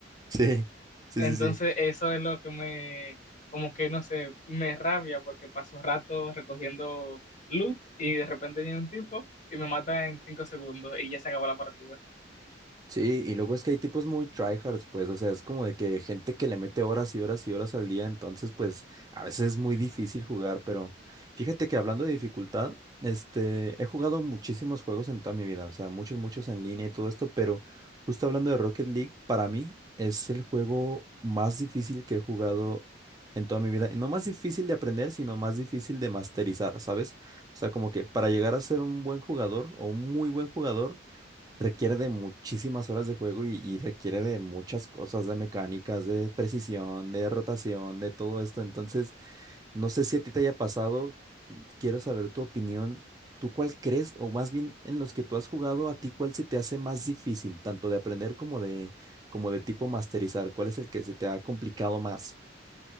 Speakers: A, on the right; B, on the left.
A: Sí, sí,
B: Entonces
A: sí, sí.
B: eso es lo que me, como que no sé, me rabia porque paso rato recogiendo loot y de repente viene un tipo y me mata en cinco segundos y ya se acabó la partida.
A: Sí, y luego es que hay tipos muy tryhards, pues, o sea, es como de que gente que le mete horas y horas y horas al día, entonces, pues, a veces es muy difícil jugar, pero fíjate que hablando de dificultad, este, he jugado muchísimos juegos en toda mi vida, o sea, muchos, muchos en línea y todo esto, pero justo hablando de Rocket League, para mí es el juego más difícil que he jugado en toda mi vida, y no más difícil de aprender, sino más difícil de masterizar, ¿sabes? O sea, como que para llegar a ser un buen jugador o un muy buen jugador, requiere de muchísimas horas de juego y, y requiere de muchas cosas, de mecánicas, de precisión, de rotación, de todo esto. Entonces, no sé si a ti te haya pasado, quiero saber tu opinión. ¿Tú cuál crees, o más bien en los que tú has jugado, a ti cuál se te hace más difícil, tanto de aprender como de, como de tipo masterizar? ¿Cuál es el que se te ha complicado más?